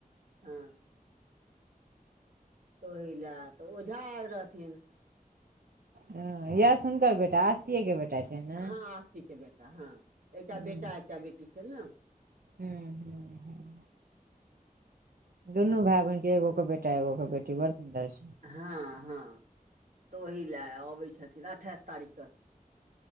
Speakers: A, on the right; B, on the right.
A: हँ। ओही लए तऽ ओझा एल रहथिन।
B: हँ यश हुनकर बेटा आस्तिये के बेटा छै। ने
A: हँ आस्तीक के बेटा हँ एकटा
B: हूँ
A: बेटा एकटा बेटी छै ने।
B: हूँ हूँ। दुनू भेएय बहिन के एगो कऽ बेटा एगो कऽ बेटी बड़ सुन्दर छै।
A: हँ हँ तऽ ओहि लए अबै छथिन अठाइस तारीक कऽ।